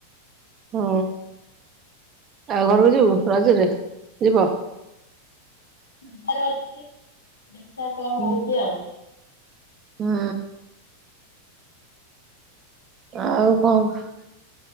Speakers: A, on the right; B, on the left.
A: ହୁଁ ଆଉ ଘରକୁ ଯିବୁ ରଜରେ ଯିବ।
B: ଯିବାର ଅଛି ଦେଖିଆ କଣ
A: ହୁଁ
B: ହଉଛି ଆଉ।
A: ହୁଁ। ଆଉ କଣ,